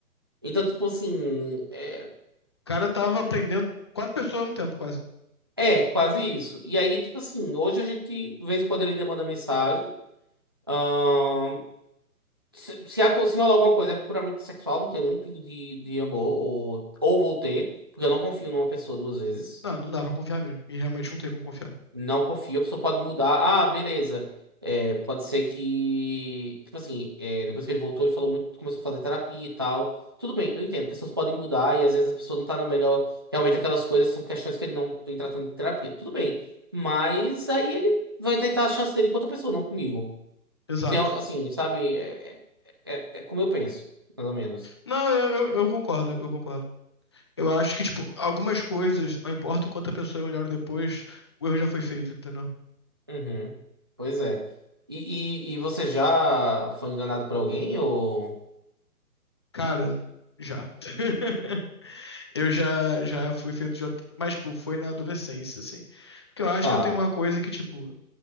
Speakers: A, on the right; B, on the left.
A: Então, tipo assim, é,
B: O cara tava aprendendo quatro pessoas ao mesmo tempo, quase.
A: É, quase isso. E aí, tipo assim, hoje a gente, de vez em quando ele ainda manda mensagem. Ahn, se, se, a co- se rolar alguma coisa é puramente sexual, não tenho nenhum pingo de, de amor, ou, ou vou ter, porque eu não confio numa pessoa duas vezes.
B: Não, não dá pra confiar mesmo. E realmente não tem como confiar.
A: não confio a pessoa pode mudar. Ah, beleza. É, pode ser que. Tipo assim, é, depois que ele voltou, ele falou muito, começou a fazer terapia e tal. Tudo bem, eu entendo, pessoas podem mudar e às vezes a pessoa não tá no melhor. Realmente aquelas coisas são questões que ele não tem tratando de terapia. Tudo bem. Mas aí ele vai tentar a chance dele com outra pessoa, não comigo.
B: Exato.
A: Assim, ó, assim, sabe? É, é- é como eu penso, mais ou menos.
B: Não, eu, eu, eu concordo, eu concordo. Eu acho que, tipo, algumas coisas, não importa o quanto a pessoa é melhor depois, o erro já foi feito, entendeu?
A: Uhum. Pois é. E, e, e você já foi enganado por alguém ou.
B: Cara, já. <laughs> Eu já já fui feito de. at- Mas, tipo, foi na adolescência, assim. Porque eu acho
A: Tá.
B: que eu tenho uma coisa que, tipo,